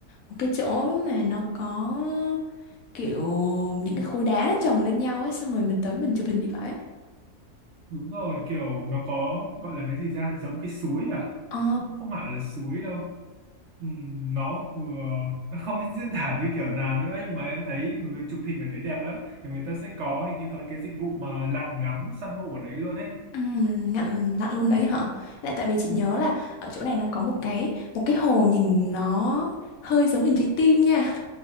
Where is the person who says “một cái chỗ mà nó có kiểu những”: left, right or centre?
Left